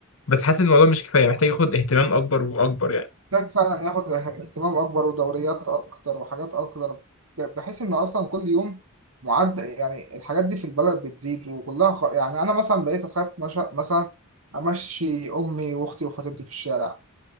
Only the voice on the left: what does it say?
بس حاسس ان الموضوع مش كفايه محتاج ياخد اهتمام اكبر واكبر يعني